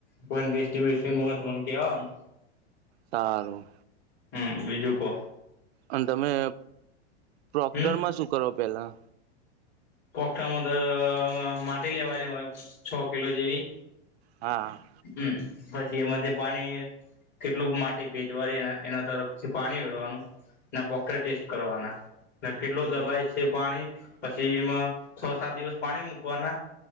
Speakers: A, on the left; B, on the right.
A: કોઈ ટેસ્ટીસ્ટી ન હોત મને કેવાને-
B: સારું
A: હમ બીજું કો
B: અને તમે પ્રોક્ટર
A: હમ
B: માં શું કરો પેલા?
A: પોખામાં તો માટી લેવાની હોય છ કિલો જેવી.
B: હા
A: હમ્મ, પછી એમાં પાણી કેટલું માટી પેચવાની એના તરફથી પાણી વળવાનું ના, પોકે ટેસ્ટ કરવાના કેટલું
B: એ
A: દબાય છે પાણી પછી એમાં છ સાત દિવસ પાણી મૂકવાના